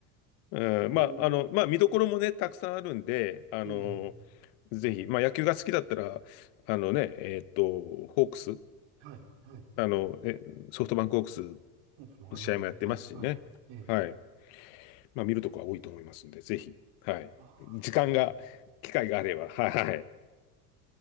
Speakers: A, on the left (about 70°); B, on the right (about 65°).
A: うん、
B: ね
A: まあ、あの、まあ、見どころもね、たくさんあるんで、あの、
B: え。ええ。
A: ぜひ、まあ、野球が好きだったら、あのね、えーっと、ホークス、
B: はい、はい。
A: あの、ね、ソフトバンクホークス
B: コンプスもありますね。
A: の試合もやってますしね。
B: はい。ええ。
A: はい。まあ、見るとこは多いと思いますんで、ぜひ、はい。
B: まあ、
A: 時間が、
B: <laughs>
A: 機会があれば、はい、はい。